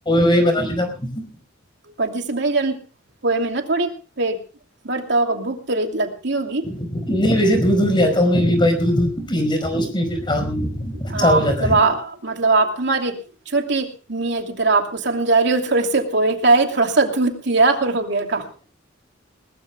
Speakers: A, on the left; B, on the right.
A: میں بنا لیتا ہوں
B: اور جیسے بھائی جان پوئے میں نا تھوڑی پیٹ برتاؤ کا بھوک تو ریت لگتی ہوگی
A: نہیں ویسے دودھ دودھ ل آتا ہوں میں بھی بھائی دودھ دود پن لیتا ہوں اس میں پھر کام اچھا
B: ہاں
A: ہو
B: مطلب
A: جاتا ہے
B: آ مطلب آپ تمہاری چھوٹی میاں کی طرح آپ کو سمجا رہی ہو تھوڑے سے پوئے ک آئے تھوڑا سا دودھ پیا ر ہو گیا کا